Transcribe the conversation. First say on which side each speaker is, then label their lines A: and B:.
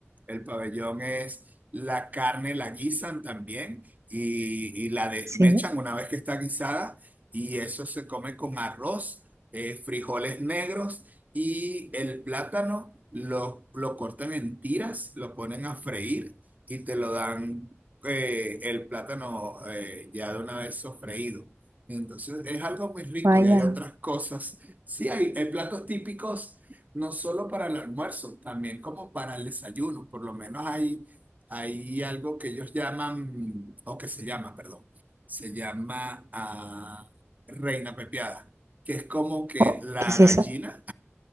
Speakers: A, on the right; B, on the right.
A: El pabellón es la carne, la guisan también y, y la desmechan
B: Sí.
A: una vez que está guisada y eso se come con arroz, eh, frijoles negros y el plátano lo, lo cortan en tiras, lo ponen a freír y te lo dan eh, el plátano eh, ya de una vez sofreído. Entonces es algo muy rico
B: Vaya.
A: y hay otras cosas. Sí, hay, hay platos típicos no solo para el almuerzo, también como para el desayuno. Por lo menos hay, hay algo que ellos llaman, o que se llama, perdón, se llama ah, reina pepiada, que es como que
B: Oh,
A: la
B: ¿qué es
A: gallina
B: eso?